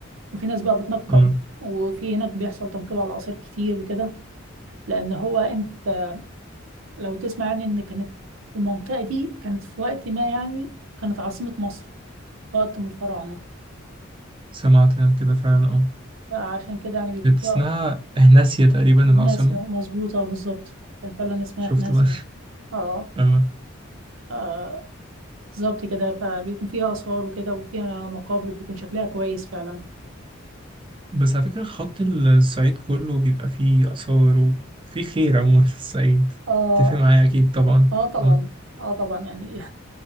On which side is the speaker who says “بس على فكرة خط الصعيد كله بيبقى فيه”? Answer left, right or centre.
Right